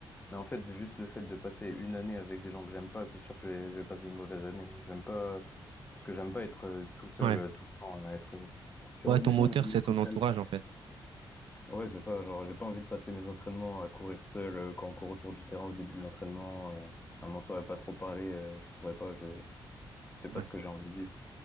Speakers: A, on the left; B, on the right.
A: Mais en fait, juste le fait de passer une année avec des gens que j'aime pas, c'est sûr que j'ai- je vais passer une mauvaise année. J'aime pas, parce que j'aime pas être euh, tout seul
B: Ouais.
A: euh, tout le temps, euh, être, genre,
B: Ouais,
A: imagine
B: ton moteur,
A: mes
B: c'est ton
A: entraînements.
B: entourage, en fait.
A: Ouais, c'est ça, genre, j'ai pas envie de passer mes entraînements à courir seul euh, quand on court autour du terrain au début de l'entraînement, euh, un mentor à pas trop parler, euh, je pourrais pas, je, c'est pas
B: Ouais.
A: ce que j'ai envie de vivre.